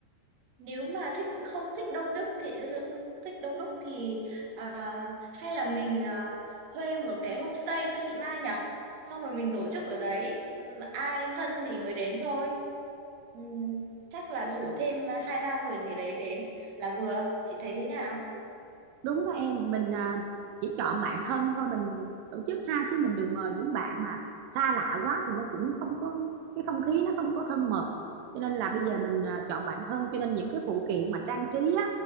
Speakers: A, on the right (about 60°); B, on the right (about 85°).
A: Nếu mà thích không thích đông đúc thì không thích đông đúc thì ờ, hay là mình ờ, thuê một cái homestay cho chị Mai nhở? Xong rồi mình tổ chức ở đấy, Ừm, ai thân thì mới đến thôi. Ừm, chắc là rủ thêm hai ba người gì đấy đến là vừa. Chị thấy thế nào?
B: đúng đó em mình à, chỉ chọn bạn thân thôi mình tổ chức ha chứ mình đừng mời những bạn mà xa lạ quá thì nó cũng không có cái không khí nó không có thân mật cho nên là bây giờ mình à, chọn bạn thân cho nên những cái phụ kiện mà trang trí á